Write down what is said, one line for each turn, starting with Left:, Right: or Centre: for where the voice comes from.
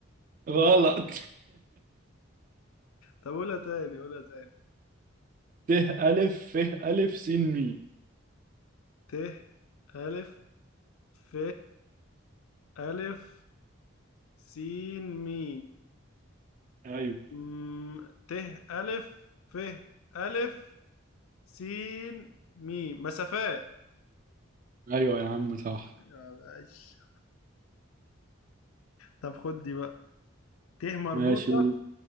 Right: غلط
Left: طب قولها تاني قولها تاني
Right: <laughs> ت ألف ف ألف س مي
Left: ت ألف ف ألف سين مي
Right: أيوه
Left: م- ت ألف ف ألف سين ميم مسافات
Right: أيوه يا عم صح
Left: يا باشا طب خد دي بقى ت مربوطة
Right: ماشي قول